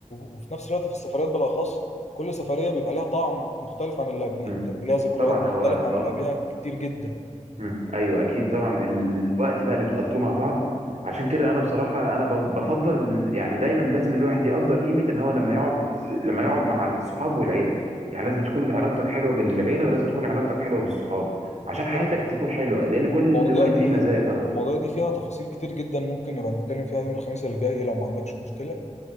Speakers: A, on the left; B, on the right.
A: وفي نفس الوقت في السفريات بالاخص كل سفريه بيبقى ليها طعم مختلف عن اللي قبليه
B: امم
A: بتبقى ليها ذكريات
B: طبعا
A: مختلفه
B: هو اه
A: عن اللي قبلها كتير جدا
B: امم ايوه اكيد طبعا الوقت بقى اللي بتقضوه مع بعض عشان كده انا بصراحه انا ب- بفضل يعني دايما لازم الواحد يقدر قيمه ان هو لما يقعد لما يقعد مع الصحاب والعيله يعني لازم تكون علاقتك حلوه بالعيله ولازم تكون علاقتك حلوه بالصحاب عشان
A: اكيد
B: حياتك
A: طبعا
B: تكون حلوه
A: و...
B: لان كل
A: والمواضيع
B: واحد
A: دي
B: ليه مزايا طبعا
A: المواضيع دي فيها تفاصيل كتير جدا ممكن نبقى نتكلم فيها يوم الخميس اللي جاي لو ما عندكش مشكله